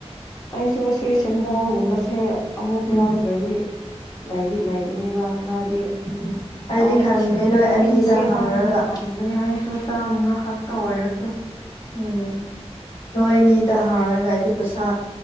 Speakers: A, on the left; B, on the left.
A: ꯑꯩꯁꯨ ꯑꯁꯤ ꯁꯦꯟꯗꯥꯥꯎꯒꯨꯝꯕꯁꯦ ꯑꯃꯨꯛ
B: ꯎꯝ
A: ꯂꯧꯗ꯭ꯔꯗꯤ ꯂꯩꯥꯏꯗꯤ ꯂꯩꯏꯒꯅꯦꯕꯈꯔꯥꯗꯤ
B: ꯎꯝ ꯑꯩꯗꯤ
A: ꯄꯥꯏꯠ
B: ꯈꯟꯕꯅꯦ ꯅꯣꯏ ꯑꯅꯤꯗ
A: ꯄꯤꯁꯦꯔ
B: ꯍꯥꯡꯔꯒ
A: ꯅ ꯈꯟꯕꯅꯦ ꯑꯩꯁꯨ <unintelligible> ꯇ ꯑꯣꯏꯔꯁꯨ
B: ꯎꯝ ꯅꯣꯏꯅꯤ ꯇ ꯍꯥꯎꯔꯒ ꯑꯩꯗꯤ ꯄꯩꯁꯥ